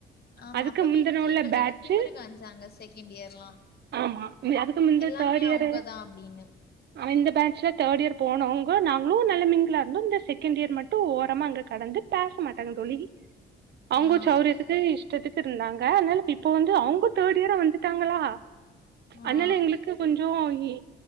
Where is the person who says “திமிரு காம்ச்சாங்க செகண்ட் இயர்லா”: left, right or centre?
Left